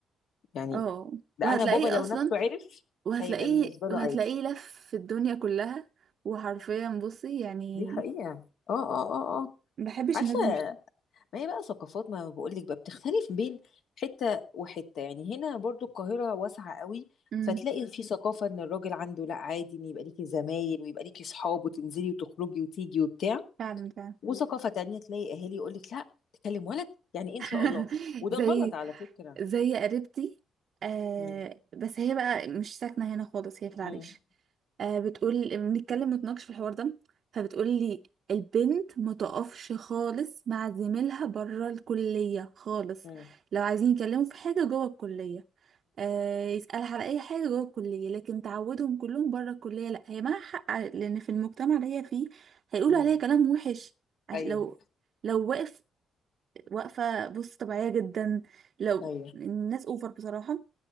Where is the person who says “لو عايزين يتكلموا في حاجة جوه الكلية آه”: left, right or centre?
Right